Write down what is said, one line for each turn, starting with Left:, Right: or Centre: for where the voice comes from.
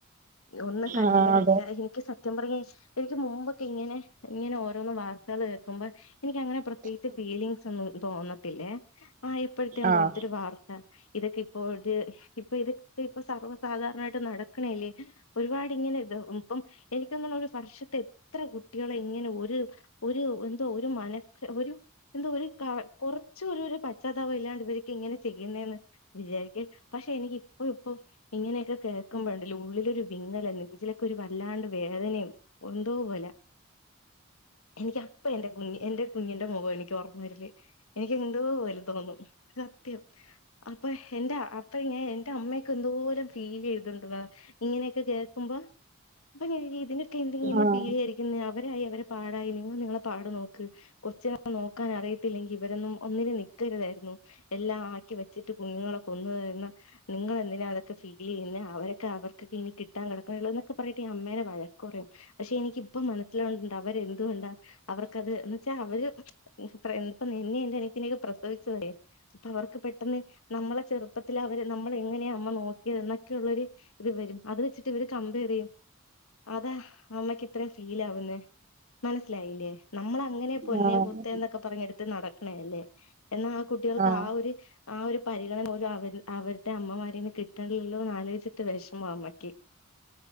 Left: ഒന്ന് കണ്ടില്ലാ
Right: ആഹ് അതെ
Left: കേട്ടില്ലാ എനിക്ക് സത്യം പറഞ്ഞ എനിക്ക് മുമ്പൊക്കെ ഇങ്ങനെ ഇങ്ങനെ ഒരോന്ന് വാർത്തള് കേൾക്കുമ്പ എനിക്കങ്ങനെ പ്രത്യേകിച്ച് ഫീലിങ്സ് ഒന്നും തോന്നത്തില്ലേ ആ ഇപ്പോഴത്തേ
Right: ആഹ്
Left: പോലത്തെൊരു വാർത്ത ഇതൊക്കെ പ്പൊര് ഇപ്പ ഇതൊക്കെ ഇപ്പ സർവ്വസാധാരണായിട്ട് നടക്കണല്ലേ ഒരുപാട് ഇങ്ങനെ ഇ ഇപ്പം എനിക്കൊന്ന ഒരു വർഷത്തെ എത്ര കുട്ടികളെ ഇങ്ങനെ ഒരു ഒരുഎന്തോ ഒരു മന ഒരു എന്താ ഒരു ക കുറച്ച ഒരു ഒരു പശ്ചാത്താാവം ഇല്ലാണ്ട് ഇവർക്ക് ഇങ്ങനെ ചെയ്യുന്നെന്ന് വിചാരിക്ക പക്ഷെ എനിക്ക് ഇപ്പോ ഇപ്പോ ഇങ്ങനെയൊക്കെ കേ ക്കുമ്പോ ഉള്ളിലൊരു വിങ്ങല നെഞ്ചിലൊക്കെ ഒരു വല്ലാണ്ട് വേദനയും എന്തോ പോലെ എനിക്ക് അപ്പ എന്റെ കുഞ്ഞ് എന്റെ കുഞ്ഞിന്റെ മുഖം എനിക്ക് ഓർമ്മ വരല് എനിക്ക് എന്തോ പോലെ തോന്നും സത്യം അപ്പോ എന്റെ അപ്പ ഞാൻ എന്റെ അമ്മയൊക്കൊ എന്തോരം ഫീൽ ചെയ്തുണ്ട് ടാ ഇങ്ങനെയൊക്കെ കേൾക്കുമ്പ <unintelligible> ഇതിനാ എന്ത് ഇങ്ങനെ
Right: ആഹ്
Left: <unintelligible> അവരായി അവരെ പാടായി നിങ്ങള് നിങ്ങളെ പാടു നോക്ക് കൊച്ചിനെ നോക്കാൻ അറിയത്തില്ലെങ്കി ഇവരൊന്നും ഒന്നിനും നിക്കരുതായിരുന്നു എല്ലാം ആക്കി വെച്ചിട്ട് കുഞ്ഞുങ്ങളെ കൊന്നുതിന്ന നിങ്ങളെന്തിനാ അതൊക്കെ ഫീൽ ചെയ്യുന്നേ അവരൊക്കെ അവർക്കൊക്കെ ഇനി കിട്ടാൻ കിടക്ക്ന്നേ ഒള്ള് എന്നൊക്കെ പറയട്ട് അമ്മേനെ വഴക്ക് പറയും പക്ഷെ എനിക്കിപ്പ മനസിലാവ്ണ്ട് അവരെ എന്തുകൊണ്ടാ അവർക്കത് അപ്പഴ്ത്തേക്ക് <unintelligible> നിന്നെ എന്റനിയത്തിനെ ഒക്കെ പ്രസവിച്ചതല്ലേ അപ്പോ അവർക്ക് പെട്ടെന്ന് നമ്മളെ ചെറുപ്പത്തിൽ അവര് നമ്മളെ എങ്ങനെയാണ് അമ്മ നോക്കിയത് എന്നൊക്കെ ഉള്ളൊരു ഇത്‌ വെരും അത് വെച്ചിട്ട് ഇവര് കംമ്പയർ ചെയ്യും അതാ അമ്മക്ക് ഇത്രേം ഫീൽ ആവുന്നേ മനസ്സിലായില്ലേ നമ്മ പൊന്നെ
Right: ആഹ്
Left: പുത്ത എന്നൊക്കെ പറഞ്ഞെടുത്ത് നട ക്ക്ണല്ലേ എന്നാൽ ആ കുട്ടികൾക്ക്
Right: ആഹ്
Left: ആ ഒരു ആ ഒരു പരിഗണന പോലും അവര് അവർ റ്റേ അമ്മമാരിന്ന് കിട്ടണില്ലോ എന്ന് ആലോചിട്ട് വിഷമമാ അമ്മക്ക്